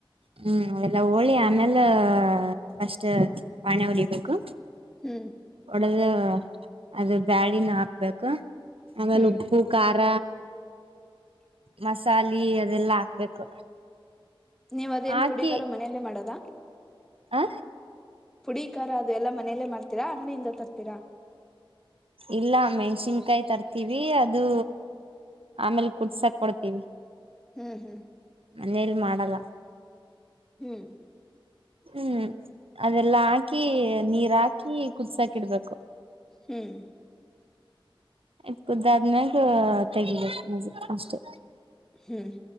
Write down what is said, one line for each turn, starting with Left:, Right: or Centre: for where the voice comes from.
Right: ಹ್ಮ್ ಅವಲ್ಲ ಹೋಳಿ ಆಮೇಲೆ ಫಸ್ಟ್ ಪಾಣಿ ಉರಿಬೇಕು.
Centre: ಹ್ಮ್
Right: <unintelligible> ಅದು ಬ್ಯಾಳಿನ ಹಾಕ್ಬೇ ಕ್ಕ ಆಮೇಲ್
Centre: ಹ್ಮ್
Right: ಉಪ್ಪು ಖಾರ ಮಸಾಲಿ ಅದೆಲ್ಲಾ ಹಾಕ್ಬೇಕು.
Centre: ನೀವ್ ಅದೇನ್
Right: ಹಾಕಿ
Centre: ಪುಡಿ ಕಾರ ಮನೆಲ್ಲೇ ಮಾಡೋದ.
Right: ಆ
Centre: ಪುಡಿ ಖಾರ ಅದು ಎಲ್ಲ ಮನೇಲ್ಲೇ ಮಾಡ್ತೀರಾ ಅಂಗಡಿಯಿಂದ ತರ್ತೀರ?
Right: ಇಲ್ಲ ಮೆಣಸಿನಕಾಯಿ ತರ್ತೀವಿ ಅದು ಆಮೇಲ್ ಕುಟ್ಸಕ್ ಕೊಡ್ತೀವಿ.
Centre: ಹ್ಮ್ ಹ್ಮ್
Right: ಮನೇಲಿ ಮಾಡಲ್ಲ
Centre: ಹ್ಮ್
Right: ಹ್ಮ್ ಅವೆಲ್ಲ ಹಾಕಿ ನೀರ್ ಹಾಕಿ ಕುದ್ಸಕಿಡ್ಬೇಕು.
Centre: ಹ್ಮ್
Right: ಇ ಕುದ್ದಾದ್ಮ್ಯಾಗೆ ತೆಗಿಬೇಕು ಮಜಿ ಅಷ್ಟೆ.
Centre: ಹ್ಮ್